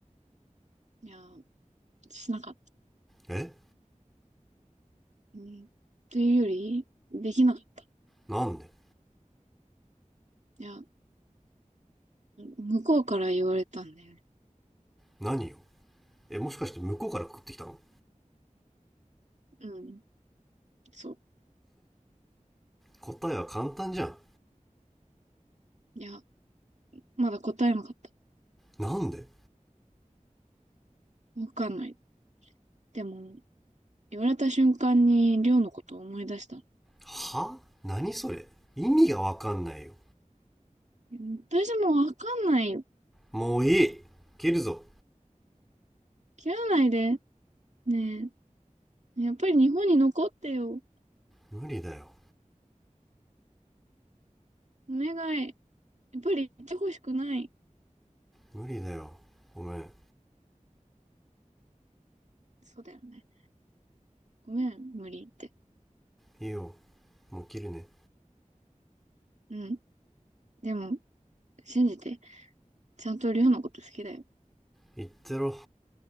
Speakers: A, on the right; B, in the centre.
A: いや、しなかった。
B: え
A: うん。というより、できなかった。
B: なんで
A: いや、向こうから言われたんだよね。
B: 何よえもしかして向こうから告ってきたの
A: うん。そう。
B: 答えは簡単じゃん
A: いや、まだ答えなかった。
B: なんで
A: わかんない。でも、言われた瞬間に、りょうのことを思い出した。
B: は何それ意味がわかんないよ
A: 私もわかんないよ。
B: もういい切るぞ
A: 切らないで。ねえ。やっぱり日本に残ってよ。
B: 無理だよ
A: お願い。やっぱり行ってほしくない。
B: 無理だよごめん
A: そうだよね。ごめん、無理言って。
B: いいよもう切るね
A: うん。でも、信じて。ちゃんとりょうのこと好きだよ。
B: 言ってろ